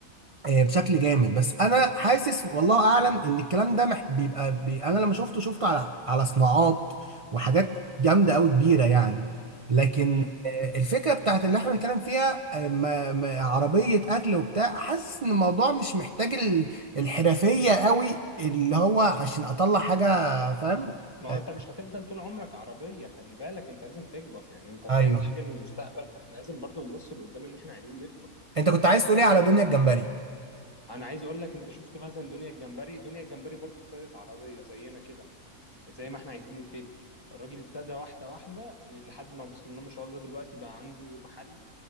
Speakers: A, on the right; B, on the left.
A: آه، بشكل جامد بس انا حاسس والله اعلم ان الكلام ده مح- بيبقى بي انا لما شفته شفته على على صناعات وحاجات جامده قوي كبيره يعني لكن
B: امم
A: آه، الفكره بتاعت اللي احنا بنتكلم فيها آه، ما- ما- عربيه اكل وبتاع حاسس ان الموضوع مش محتاج ال- الحرفيه قوي اللي هو عشان اطلع حاجه فاهم
B: ما
A: آه،
B: هو انت مش هتفضل طول عمرك عربيه خلي بالك انت لازم تكبر يعني انت بتعمل
A: ايوه
B: حاجه للمستقبل فاحنا لازم برضو نبص لقدام ان احنا عايزين نكبر
A: انت كنت عايز تقولي على دنيا الجمبري
B: انا عايز اقول لك انت شفت مثلا دنيا الجمبري دنيا الجمبري برضو ابتدت عربيه زينا كده زي ما احنا عايزين نبتدي الراجل ابتدى واحدة واحدة إيه، لحد ما بسم الله ما شاء الله دلوقتي بقى عنده محل